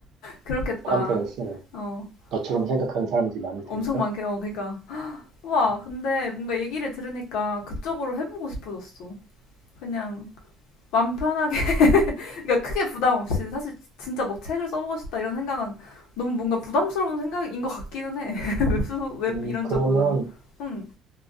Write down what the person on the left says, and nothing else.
그렇겠다.
어,
어,
엄청
많게, 어, 그니까. 와,
근데 뭔가 얘기를 들으니까 그쪽으로 해보고 싶어졌어. 그냥 맘 편하게, <laughs> 그러니까 크게 부담 없이. 사실 진짜 막 책을 써보고 싶다 이런 생각은 너무 뭔가 부담스러운 생각인 것 같기는 해. <laughs> 웹소, 웹
이런
쪽보다는. 응